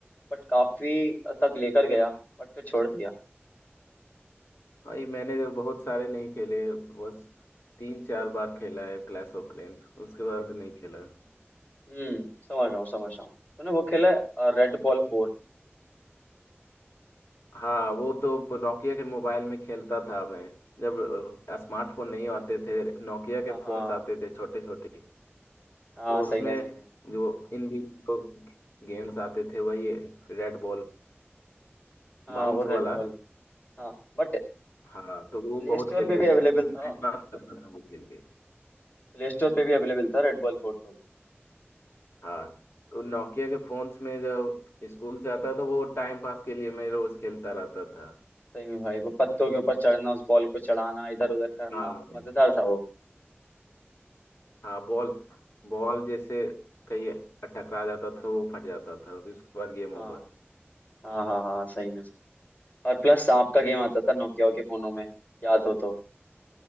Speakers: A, on the left; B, on the left.
A: बट काफी तक लेकर गया बट फिर छोड़ दिया
B: भाई मैंने जो बहुत सारे नहीं खेले बस तीन चार बार खेला है क्लैश ऑफ क्लैंस उसके बाद नहीं खेला
A: हम्म समझ रहा हूँ समझ रहा हूँ मैंने वो खेला है रेड बॉल फोर
B: हाँ वो तो नोकिया के मोबाइल में खेलता था मैं जब अ, स्मार्टफोन नहीं आते थे नोकिया के
A: हाँ हाँ
B: फोन्स आते थे छोटे छोटे
A: हाँ
B: तो
A: सही
B: उसमें
A: में सही में
B: जो इनबी जो गेम्स आते थे वही रेड बॉल
A: हाँ
B: बाउंस
A: वो रेड
B: वाला
A: बॉल हाँ बट
B: हाँ तो वो
A: प्ले
B: बहुत
A: स्टोर
B: खेलते
A: पे भी अवेलेबल
B: थे मैं टाइम
A: था
B: पास करता था वो खेल के
A: प्ले स्टोर पे भी अवेलेबल था रेड बॉल फोटो
B: हाँ तो नोकिया के फोन्स में जब स्कूल से आता तो वो टाइम पास के लिए मैं रोज खेलता रहता था
A: सही में भाई वो पत्तों के ऊपर चढ़ना उस बॉल को चढ़ाना इधर उधर करना
B: हाँ भाई
A: मजेदार था वो
B: हाँ बॉल बॉल जैसे कहीं टकरा जाता था वो फट जाता था फिर उसके बाद गेम
A: हाँ
B: ओवर
A: हाँ हाँ हाँ सही में सही। और प्लस सांप का गेम आता था नोकिया के फोनों में याद हो तो